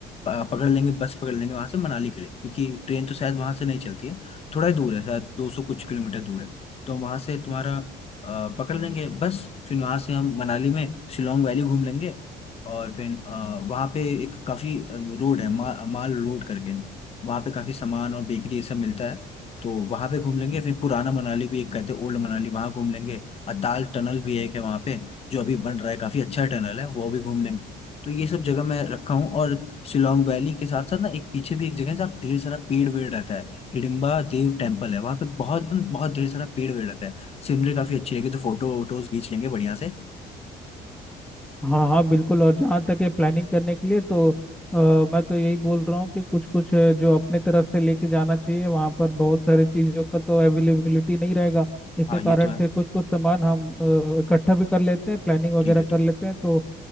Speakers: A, on the left; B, in the centre.
A: प- पकड़ लेंगे बस पकड़ लेंगे वहाँ से मनाली के लिए क्योंकि ट्रेन तो शायद वहाँ से नहीं चलती है थोड़ा ही दूर है शायद दो सौ कुछ किलोमीटर दूर है तो वहां से तुम्हारा अ, पकड़ लेंगे बस फिर वहां से हम मनाली में शिलोंग वैली घूम लेंगे और फिर अ, वहाँ पे एक काफी रोड है मा, माल रोड करके वहाँ पे काफी सामान और बेकरी ये सब मिलता है तो वहाँ पे घूम लेंगे फिर पुराना मनाली भी एक कहते हैं ओल्ड मनाली वहाँ घूम लेंगे अताल टनल भी एक है वहाँ पे जो अभी बन रहा है काफी अच्छा टनल है वो भी घूम लेंगे तो ये सब जगह मैं रखा हूँ और शिलोंग वैली के साथ साथ ना एक पीछे भी एक जगह है जहाँ ढेर सारा पेड़ वेड़ रहता है हिडिम्बा देव टेम्पल है वहां पे बहुत बहुत ढेर सारा पेड़ वेड़ रहता है सीनरी काफी अच्छी रहेगी तो फोटो वोटोज खींच लेंगे बढ़िया से
B: हाँ हाँ बिल्कुल और जहाँ तक है प्लानिंग करने के लिए तो अ, मैं तो यही बोल रहा हूँ कि कुछ कुछ अ, जो अपने तरफ से लेके जाना चाहिए वहाँ पर बहुत सारे चीज़ों का तो अवेलेबिलिटी नहीं रहेगा इसके
A: हाँ
B: कारण
A: ये तो है
B: से कुछ कुछ सामान हम अ, इकट्ठा भी कर लेते हैं प्लानिंग वगैरह
A: ठीक है
B: कर
A: ठीक
B: लेते
A: है
B: हैं तो